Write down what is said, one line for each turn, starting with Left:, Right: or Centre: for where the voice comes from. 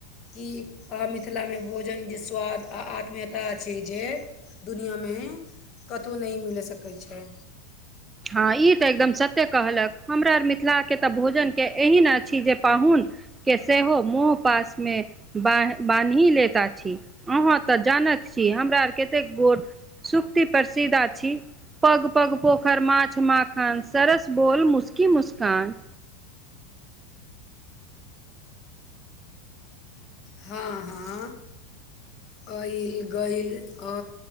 Left: कि आहा मिथिलामे भोज जन जे स्वाद आ आत्मीयता अछि जे दुनया मे कतौ नै मिलै सकय छै।
Right: हाँ इ तै एकदम सत्य कहलक, हमरा आर मिथिला के तै भोजन के एहि नै अछि जे पाहुन के सेहो मोह पास मे बाएह बान्हि लैत अछि। अहाँ तऽ जानत छी हमरा आर कतेक गोट सुक्ति <unintelligible> छी पग-पग पोख माँछ, माखन, सरस बोल, मुस्की-मुस्कान
Left: हाँ-हाँ। अइल-गइल अ